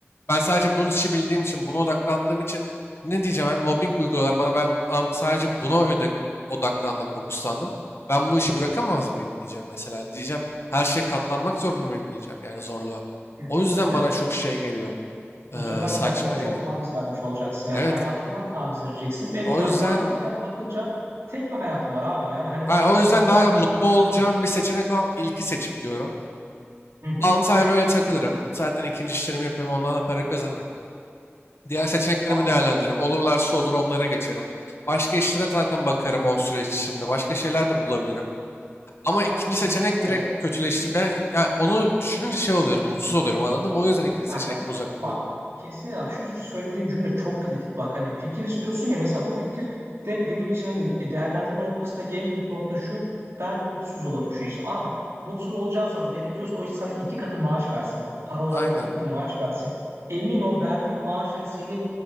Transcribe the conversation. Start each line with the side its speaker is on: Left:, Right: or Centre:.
Left: Ben sadece bunun işi bildiğim için, buna odaklandığım için ne diyeceğim abi mobbing uyguluyorlar bana ben am- sadece buna öde- odaklandım, fokuslandım. Ben bu işi bırakamaz mıyım diyeceğim mesela. Diyeceğim her şeye katlanmak zorunda mıyım diyeceğim yani zorluğa.
Right: Kesinlikle.
Left: O yüzden bana çok şey geliyor,
Right: Bu
Left: eee,
Right: sefer
Left: saçma
Right: kendinden çok
Left: geliyor.
Right: taviz vermiş olacaksın. Yani
Left: Evet,
Right: hayatından taviz vereceksin. Ve
Left: o
Right: yani
Left: yüzden
Right: mantıken bakınca tek bir hayatın var abi. Yani hani
Left: ha,
Right: baktığın
Left: o
Right: zaman
Left: yüzden daha mutlu olacağım
Right: aynı.
Left: bir seçenek olan ilki seçip diyorum.
Right: Hı hı.
Left: 6 ay böyle takılırım. Zaten ikinci işlerimi yapıyorum, ondan da para kazanırım. Diğer seçeneklerimi
Right: Abi,
Left: değerlendiririm. Olurlarsa olur onlara geçerim. Başka işlere zaten bakarım o süreç içinde. Başka şeyler de bulabilirim. Ama ikinci
Right: abi kesinlikle.
Left: seçenek direkt kötüleşti. Ben yani onu düşününce şey oluyorum, mutsuz oluyorum anladın mı? O yüzden ikinci
Right: Aha.
Left: seçenekten uzak
Right: Bak
Left: duruyorum.
Right: kesinlikle bak şu söylediğin cümle çok kritik bak hani fikir istiyorsun ya mesela bu fikir de benim için hani e, değerlendirme noktasındaki en büyük nokta şu ben mutsuz olurum şu işte abi mutsuz olacağın zaman gerekiyorsa o iş sana iki katı maaş versin bak para olarak
Left: Aynen.
Right: iki katı maaş versin emin ol verdiği maaş hani seni